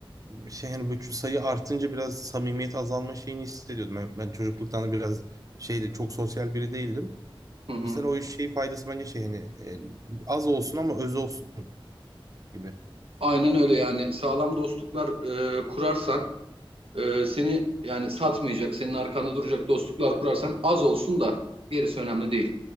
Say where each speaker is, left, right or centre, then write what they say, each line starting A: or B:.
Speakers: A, on the right; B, on the right.
A: şey yani bu sayı artınca biraz samimiyet azalma şeyini hissediyordum. Ben, ben çocukluktan da biraz şeyde çok sosyal biri değildim.
B: hı hı,
A: Mesela o şey faydası bence şey hani e, az olsun ama öz olsun gibi.
B: aynen öyle yani sağlam dostluklar e, kurarsan e, seni yani satmayacak, senin arkanda duracak dostluklar kurarsan az olsun da gerisi önemli değil.